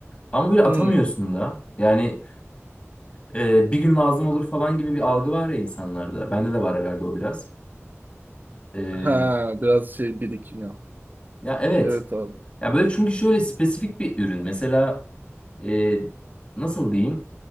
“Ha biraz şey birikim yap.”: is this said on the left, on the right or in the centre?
Right